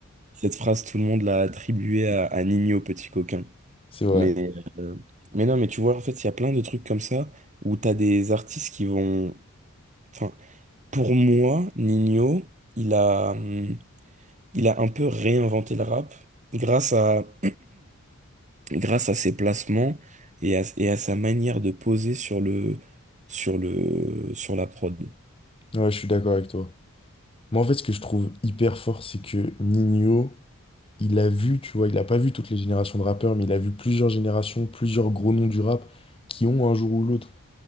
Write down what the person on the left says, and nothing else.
C'est vrai.
Ouais, je suis d'accord avec toi. Moi, en fait, ce que je trouve hyper fort, c'est que Nino, il a vu, tu vois, il a pas vu toutes les générations de rappeurs, mais il a vu plusieurs générations, plusieurs gros noms du rap qui ont un jour ou l'autre